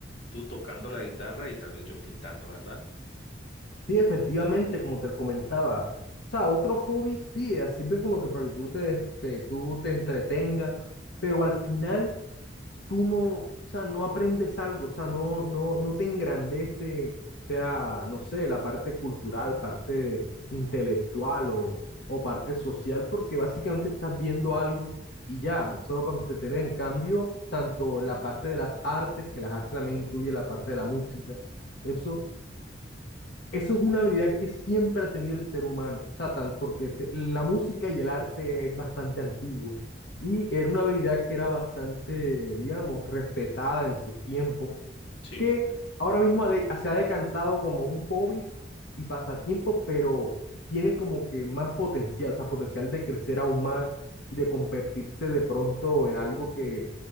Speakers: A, on the left (about 90°); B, on the left (about 60°).
A: tú tocando la guitarra y tal vez yo pintando, ¿verdad?
B: Sí, efectivamente, como te comentaba. O sea, otros hobbies sí, eh, sirven como que para que tú te, te- tú te entretengas, pero al final tú no, o sea, no aprendes algo, o sea, no, no, no te engrandece, sea, no sé, la parte cultural, parte intelectual o, o parte social, porque básicamente estás viendo algo y ya, solo para entretener. En cambio, tanto la parte de las artes, que las artes también incluye la parte de la música, eso eso es una habilidad que siempre ha tenido el ser humano, o sea, tan- porque se- la música y el arte es bastante antigua y era una habilidad que era bastante, digamos, respetada en su tiempo,
A: Sí,
B: que
A: de-
B: ahora mismo ha de- se ha decantado como un hobby y pasatiempo, pero tiene como que más potencial, o sea, potencial de crecer aún más, de convertirse de pronto en algo que,